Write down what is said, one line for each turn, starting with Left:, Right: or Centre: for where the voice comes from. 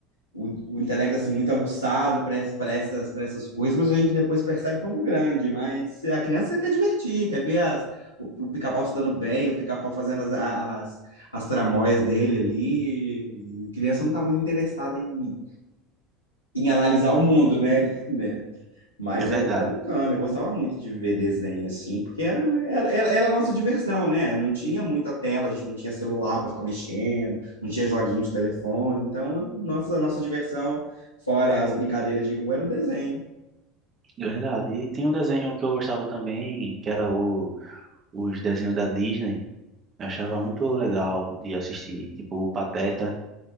Left: o, o intelecto assim muito aguçado para essas, para essas coisas, mas a gente depois percebe quando grande. Mas a criança quer divertir, quer ver as, o, o pica-pau se dando bem, o pica-pau fazendo as, as, as tramóias dele ali. A criança não está muito interessada em, em analisar o mundo, né? <laughs> Né? Mas
Right: é verdade.
Left: era, era bacana, eu gostava muito de ver desenho assim, porque era, era, era era a nossa diversão, né? Não tinha muita tela, a gente não tinha celular para ficar mexendo, não tinha joguinho de telefone, então a nossa, a nossa diversão, fora as brincadeiras de rua, era o desenho.
Right: É Verdade. E tem um desenho que eu gostava também, que era o, os desenhos da Disney. Eu achava muito legal de assistir. Tipo, o Pateta